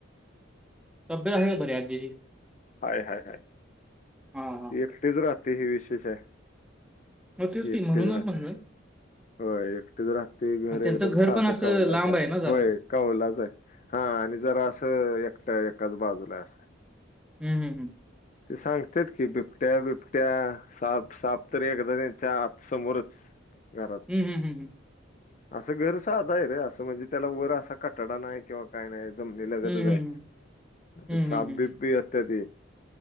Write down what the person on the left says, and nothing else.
हाय हाय हाय
एकटीच राहत्या हे विशेष आहे
एकटीच
राहत्या
होय एकटीच राहत्या ते
घर
एकदम साधं
कवलाच
आहे.
होय कौवलाच आहे हा आणि जरा असं एकट्या एकाच बाजूला आहे असं
ते सांगतेत की बिबट्या बिबट्या साप साप तरी एकदा त्यांच्या आत समोरच घरात
असं घर साध आहे रे असं म्हणजे त्याला वर असा कटडा नाही किंवा काय नाही जमनी लगतच
आहे
ते साप
बी येत्यात